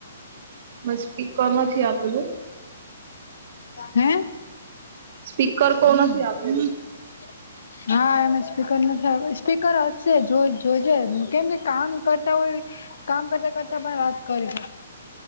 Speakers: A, on the right; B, on the left.
A: મેં સ્પીકર નથી આપેલું
B: હમ
A: સ્પીકર કોણ છે આપે
B: ઓ હા એમ સ્પીકર નથી આવ સ્પીકર હશે જો જોઈજે કેમ કે કામ કરતા હોય કામ કરતા કરતા પણ વાત કરે